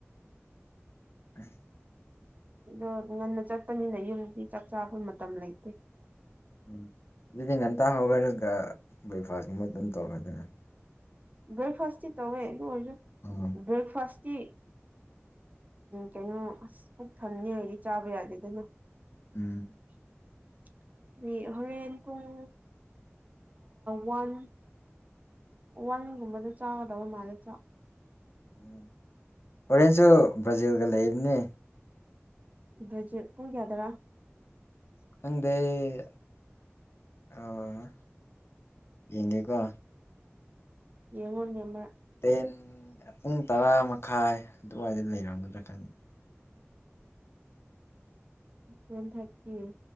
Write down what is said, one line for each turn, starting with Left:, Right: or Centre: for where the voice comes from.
Left: ꯎꯝ
Right: ꯑꯗꯣ ꯉꯟꯅ ꯆꯠꯄꯅꯤꯅ ꯌꯨꯝꯗꯤ ꯆꯥꯛ ꯆꯥꯕ ꯃꯇꯝ ꯂꯩꯇꯦ
Left: ꯎꯝ ꯑꯗꯨꯗꯤ ꯉꯟꯇꯥ ꯍꯧꯈ꯭ꯔꯒ ꯕ꯭ꯔꯦꯛꯐꯥꯁꯀꯨꯝꯕ ꯑꯗꯨꯝ ꯇꯧꯔꯣꯗꯅ
Right: ꯭ꯕꯔꯦꯛꯐꯥꯁꯇꯤ ꯇꯧꯋꯦ ꯑꯗꯨꯑꯣꯏꯁꯨ
Left: ꯎꯝ
Right: ꯕ꯭ꯔꯦꯛꯐꯥꯁ ꯀꯤ ꯀꯩꯅꯣ ꯑꯁ ꯄꯨꯛ ꯊꯟꯅꯤꯡꯉꯥꯏ ꯍꯥꯏꯗꯤ ꯆꯥꯕ ꯌꯥꯗꯦꯗꯅ
Left: ꯎꯝ
Right: <inaudible> ꯑꯩ ꯍꯣꯔꯦꯟ ꯄꯨꯡ ꯋꯥꯟ ꯋꯥꯟꯒꯨꯝꯕꯗ ꯆꯥꯒꯗꯕ ꯃꯥꯜꯂꯦ ꯆ
Left: ꯎꯝ ꯍꯣꯔꯦꯟꯁꯨ ꯕ꯭ꯔꯥꯖꯤꯜꯒ ꯂꯩꯕꯅꯦ
Right: ꯭ꯕꯔꯖꯤꯠ ꯄꯨꯡ ꯀꯌꯥꯗꯔꯥ
Left: ꯈꯪꯗꯦ ꯑꯩ ꯑꯥ ꯌꯦꯡꯒꯦꯀꯣ
Right: ꯌꯦꯡꯉꯣꯅꯦ ꯃꯔꯛ
Left: ꯇꯦꯟ ꯄꯨꯡ ꯇꯔꯥ ꯃꯈꯥꯏ ꯑꯗꯨꯋꯥꯏꯗ ꯂꯩꯔꯝꯒꯗ꯭ꯔꯀꯥꯅꯤ
Right: ꯇꯦꯟ ꯊꯥꯔꯇꯤ